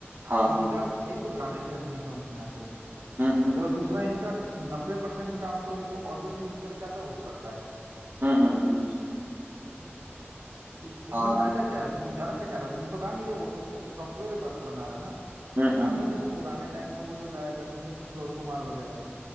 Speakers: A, on the right; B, on the right.
A: हाँ हाँ
B: इनका एक तो गाने का नहीं समझ में आते
A: हम्म हम्म
B: अ, दूसरा इनका नब्बे परसेंट काम तो एक वो ऑटो ट्यून करके आता है वो करता है
A: हम्म हम्म, हम्म।
B: इ- इसमें
A: हाँ
B: फायदा क्या है तुम गा क्या रहे हो तुम तो गा नहीं रहे हो वो तो सॉफ्टवेयर बना रहा है ना
A: हम्म हम्म
B: गाने
A: हम्म,
B: होते थे पुराने टाइम में वो जो गाया करते थे किशोर कुमार वगैरह